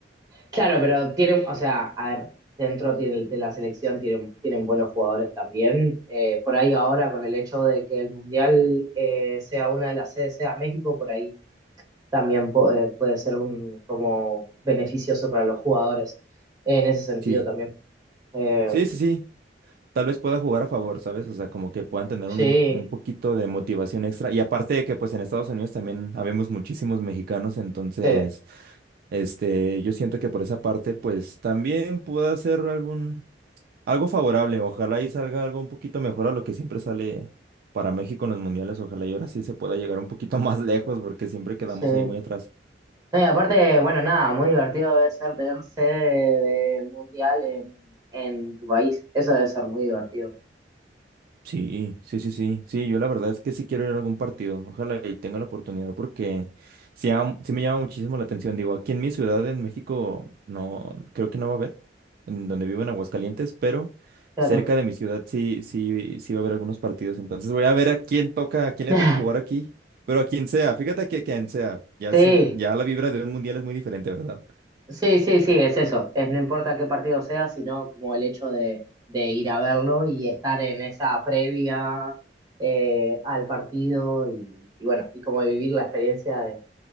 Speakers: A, on the right; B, on the right.
A: Claro, pero tienen, o sea, a ver, dentro tiene- de la selección tienen, tienen buenos jugadores también. Eh, por ahí ahora, con el hecho de que el Mundial eh, sea una de las sedes, sea México, por ahí también po- eh, puede ser un como beneficioso para los jugadores eh, en ese sentido
B: Sí,
A: también. Eh,
B: sí, sí, sí. Tal vez pueda jugar a favor, ¿sabes? O sea, como que puedan tener
A: sí,
B: un, un poquito de motivación extra. Y aparte de que pues en Estados Unidos también habemos muchísimos mexicanos, entonces...
A: sí,
B: Este, yo siento que por esa parte, pues también pueda hacer algún, algo favorable. Ojalá y salga algo un poquito mejor a lo que siempre sale para México en los mundiales. Ojalá y ahora sí se pueda llegar un poquito <laughs> más lejos porque siempre quedamos
A: sí.
B: ahí muy atrás.
A: No, y aparte, bueno, nada, muy divertido debe ser tener sede de Mundial en, en tu país. Eso debe ser muy divertido.
B: Sí, sí, sí, sí, sí, yo la verdad es que sí quiero ir a algún partido, ojalá y tenga la oportunidad porque sí, am- sí me llama muchísimo la atención, digo, aquí en mi ciudad en México no, creo que no va a haber, en donde vivo en Aguascalientes, pero
A: Claro.
B: cerca de mi ciudad sí, sí, sí va a haber algunos partidos, entonces voy a ver a quién toca, a quién le
A: <laughs>
B: toca jugar aquí, pero a quien sea, fíjate que a quien sea, ya,
A: Sí,
B: sien- ya la vibra de un mundial es muy diferente, ¿verdad?
A: sí, sí, sí, es eso. Es no importa qué partido sea, sino como el hecho de, de ir a verlo y estar en esa previa eh, al partido y, y bueno, y como vivir la experiencia de,